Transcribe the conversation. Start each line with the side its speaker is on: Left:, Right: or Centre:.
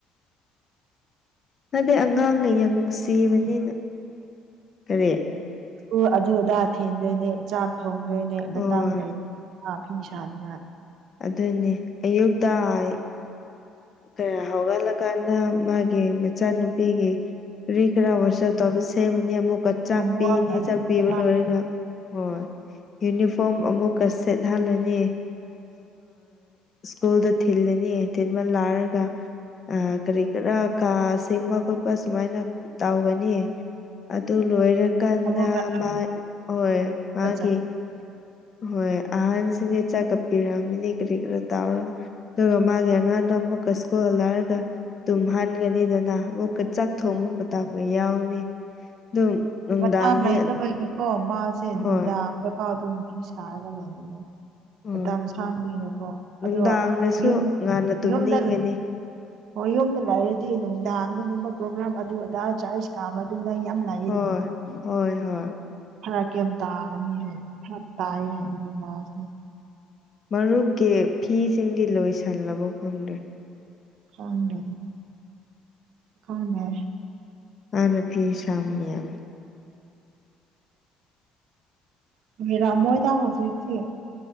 Left: ꯅꯠꯇꯦ ꯑꯉꯥꯡꯅ ꯌꯥꯝ ꯅꯨꯡꯁꯤꯕꯅꯤꯅ ꯀꯔꯤ
Right: ꯎ ꯑꯗꯨ ꯑꯗꯥ ꯊꯦꯟꯗꯣꯏꯅꯦ ꯆꯥꯛ ꯊꯣꯡꯗꯣꯏꯅꯦ
Left: ꯍꯣꯏ
Right: ꯃꯇꯝ ꯂꯩꯔ ꯐꯤ ꯁꯥꯅꯤꯉꯥꯢ
Left: ꯑꯗꯨꯅꯦ ꯑꯌꯨꯛꯇꯥꯢ ꯀꯔ ꯍꯧꯒꯠꯂꯀꯥꯟꯗ ꯃꯥꯒꯤ ꯃꯆꯥꯅꯨꯄꯤꯒꯤ ꯀꯔꯤ ꯀꯔ ꯋꯥꯁꯑꯄ ꯇꯧꯕꯁꯦ <unintelligible> ꯑꯃꯨꯛꯀ ꯆꯥꯛ
Right: ꯍꯣꯝꯋꯥꯛ
Left: ꯄꯤꯅꯤ
Right: ꯑꯗꯨ
Left: ꯆꯥꯛ ꯄꯤꯕ
Right: ꯑꯗꯥ
Left: ꯂꯣꯏꯔꯒ ꯍꯣꯏ ꯌꯨꯅꯤꯐꯣꯔꯝ ꯑꯃꯨꯛꯀ ꯁꯦꯠꯍꯜꯂꯅꯤ ꯁ꯭ꯀꯨꯜꯗ ꯊꯤꯜꯂꯅꯤ ꯇꯤꯟꯕ ꯂꯥꯛꯔꯒ ꯀꯔꯤ ꯀꯔꯥ ꯀꯥ ꯁꯦꯡꯕ ꯈꯣꯠꯄ ꯁꯨꯃꯥꯏꯅ ꯇꯧꯒꯅꯤ ꯑꯗꯨ ꯂꯣꯏꯔꯀꯥꯟꯗ
Right: ꯑꯃꯨꯛꯀ
Left: ꯍꯣꯏ ꯃꯥꯒꯤ
Right: ꯆꯠꯇꯣꯏꯅꯦ
Left: ꯍꯣꯏ ꯑꯍꯟꯁꯤꯅꯦ ꯆꯥꯛ ꯀꯞꯄꯤꯔꯛꯑꯃꯤꯅꯦ ꯀꯔꯤ ꯀꯔ ꯇꯥꯎꯔꯒ ꯑꯗꯨꯒ ꯃꯥꯒꯤ ꯑꯉꯥꯡꯗꯣ ꯑꯃꯨꯛꯀ ꯁ꯭ꯀꯨꯜ ꯂꯔꯒ ꯇꯨꯝꯍꯟꯒꯅꯤꯗꯅ ꯑꯃꯨꯛꯀ ꯆꯥꯛ ꯊꯣꯡꯕ
Right: ꯑꯣ
Left: ꯑꯃ ꯇꯥꯛꯄ ꯌꯥꯎꯅꯤ ꯑꯗꯨꯝ꯫ ꯅꯨꯡꯗꯥꯡꯅꯤ
Right: ꯃꯇꯝ ꯂꯩꯇꯕꯒꯤꯀꯣ ꯃꯥꯁꯦ ꯅꯨꯡꯗꯥꯡꯗꯀꯥꯎ
Left: ꯍꯣꯏ
Right: ꯑꯗꯨꯝ ꯐꯤ ꯁꯥꯔꯒ ꯂꯩꯕꯅꯦ꯫
Left: ꯍꯣꯏ
Right: ꯃꯇꯝ ꯁꯥꯡꯕꯤꯅꯀꯣ
Left: ꯅꯨꯡꯗꯥꯡꯗꯁꯨ
Right: ꯑꯗꯣ ꯌꯨꯝ
Left: ꯉꯟꯅ ꯇꯨꯝꯅꯤꯡꯒꯅꯤ
Right: ꯌꯨꯝꯗ꯫ ꯍꯣꯏ ꯌꯨꯝꯗ ꯂꯥꯏꯔꯗꯤ ꯅꯨꯡꯗꯥꯡ ꯑꯗꯨꯒꯒꯨꯝꯕ ꯄ꯭ꯔꯣꯒ꯭ꯔꯥꯝ ꯑꯗꯨ ꯑꯗꯥ ꯆꯥꯔꯖ ꯀꯥꯕ ꯑꯗꯨꯗ ꯌꯥꯝ ꯂꯥꯛ꯫
Left: ꯍꯣꯏ ꯍꯣꯏ ꯍꯣꯏ꯫
Right: ꯐꯔꯛ ꯌꯥꯝ ꯇꯥꯒꯅꯤ ꯍꯥꯏ ꯐꯔꯛ ꯇꯥꯏ ꯍꯥꯏꯕꯅꯦ ꯃꯥꯁꯦ꯫
Left: ꯃꯔꯨꯞꯀꯤ ꯐꯤꯁꯤꯡꯗꯤ ꯂꯣꯏꯁꯤꯜꯂꯕ ꯈꯪꯗ꯭ꯔꯦ꯫
Right: ꯈꯪꯗꯦ ꯈꯪꯗꯦ꯫
Left: <unintelligible>
Right: <unintelligible>